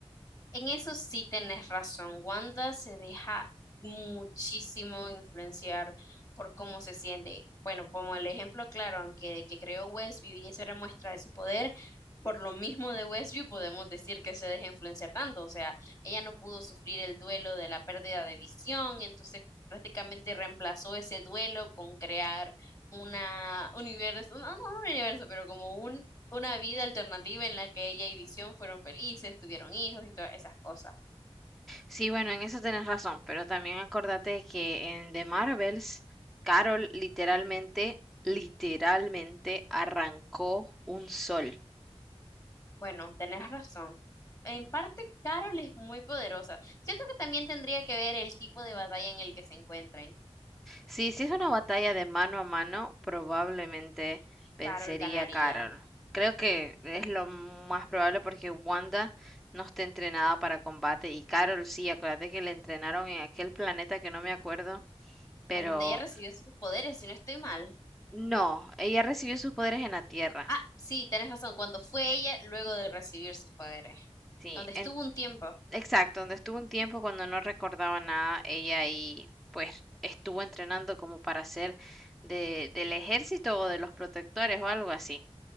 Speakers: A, on the left (about 35°); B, in the centre.
A: En eso sí tenés razón. Wanda se deja muchísimo influenciar por cómo se siente. Bueno, como el ejemplo claro, aunque de que creó Westview y eso era muestra de su poder, por lo mismo de Westview podemos decir que se deja influenciar tanto. O sea, ella no pudo sufrir el duelo de la pérdida de visión, entonces prácticamente reemplazó ese duelo con crear una universo, no, no un universo, pero como una vida alternativa en la que ella y Visión fueron felices, tuvieron hijos y todas esas cosas.
B: Sí, bueno, en eso tienes razón, pero también acordate que en The Marvels, Carol literalmente, literalmente arrancó un sol.
A: Bueno, tenés razón. En parte, Carol es muy poderosa. Siento que también tendría que ver el tipo de batalla en el que se encuentren.
B: Sí, si es una batalla de mano a mano, probablemente vencería
A: Carol ganaría,
B: Carol. Creo que es lo más probable porque Wanda no está entrenada para combate y Carol sí, acuérdate que le entrenaron en aquel planeta que no me acuerdo, pero
A: a donde ella recibió sus poderes, si no estoy mal.
B: no, ella recibió sus poderes en la Tierra.
A: Ah, sí, tenés razón, cuando fue ella luego de recibir sus poderes,
B: Sí,
A: donde estuvo
B: en-
A: un tiempo.
B: exacto, donde estuvo un tiempo cuando no recordaba nada, ella y pues estuvo entrenando como para ser de, del ejército o de los protectores o algo así.